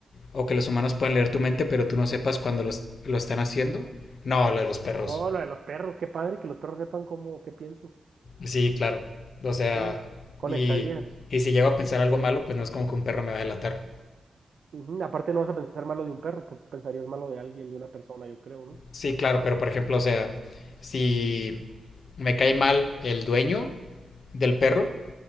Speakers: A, on the left; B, on the right.
A: ¿O que los humanos puedan leer tu mente pero tú no sepas cuando los, lo están haciendo? No, lo de los perros.
B: No, lo de los perros, qué padre que los perros sepan cómo, qué pienso.
A: Sí, claro. O sea,
B: Sí, conectaría.
A: y, y si llego a pensar algo malo, pues no es como que un perro me va a delatar.
B: Ujú, Aparte no vas a pensar malo de un perro, pues, pensarías malo de alguien, de una persona, yo creo, ¿no?
A: Sí, claro, pero por ejemplo, o sea, si me cae mal el dueño del perro,